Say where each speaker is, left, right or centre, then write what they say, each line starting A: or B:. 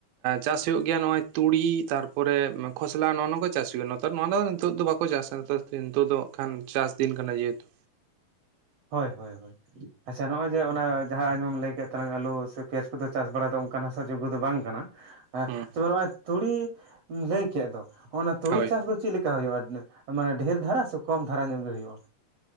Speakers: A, on the right; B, on the right.
A: ᱪᱟᱥ ᱦᱩᱭᱩᱜ ᱜᱮᱭᱟ ᱱᱚᱜᱼᱚᱭ ᱛᱩᱲᱤ ᱛᱟᱨᱯᱚᱨᱮ ᱠᱷᱚᱥᱞᱟ ᱱᱚᱜ ᱱᱚᱣᱟ ᱠᱚ ᱪᱟᱥ ᱦᱩᱭᱩᱜᱼᱟ᱾ ᱱᱮᱛᱟᱨ ᱱᱚᱣᱟ ᱫᱚ ᱱᱤᱛᱚᱜ ᱫᱚ ᱵᱟᱠᱚ ᱪᱟᱥᱟ ᱱᱤᱛᱚᱜ ᱫᱚ ᱦᱟᱸᱜ ᱠᱷᱟᱱ ᱪᱟᱥᱫᱤᱱ ᱠᱟᱱᱟ ᱡᱮᱦᱮᱛᱩ
B: ᱦᱳᱭ ᱦᱳᱭ ᱦᱳᱭ ᱟᱪᱪᱷᱟ ᱱᱚᱜᱼᱚᱭ ᱡᱮ ᱚᱱᱟ ᱡᱟᱦᱟᱸ ᱟᱸᱡᱚᱢᱟᱢ ᱞᱟᱹᱭ ᱠᱮᱫ ᱛᱟᱞᱟᱝ ᱟᱹᱞᱩ ᱥᱮ ᱯᱮᱸᱭᱟᱡᱽ ᱠᱚᱫᱚ ᱪᱟᱥ ᱵᱟᱲᱟ ᱫᱚ ᱚᱱᱠᱟᱱ ᱦᱟᱥᱟ ᱡᱳᱜᱜᱚ ᱫᱚ ᱵᱟᱝ ᱠᱟᱱᱟ᱾ ᱦᱮᱸ
A: ᱦᱩᱸ
B: ᱛᱚᱵᱮ ᱱᱚᱜᱼᱚᱭ ᱛᱩᱲᱤ ᱞᱟᱹᱭ ᱠᱮᱫ ᱫᱚ ᱚᱱᱟ ᱛᱩᱲᱤ
A: ᱦᱳᱭ
B: ᱪᱟᱥ ᱫᱚ ᱪᱮᱫ ᱞᱮᱠᱟ ᱦᱩᱭᱩᱜᱼᱟ? ᱢᱟᱱᱮ ᱰᱷᱮᱨ ᱫᱷᱟᱨᱟ ᱥᱮ ᱠᱚᱢ ᱫᱷᱟᱨᱟ ᱧᱚᱜ ᱜᱮ ᱦᱩᱭᱩᱜᱼᱟ᱾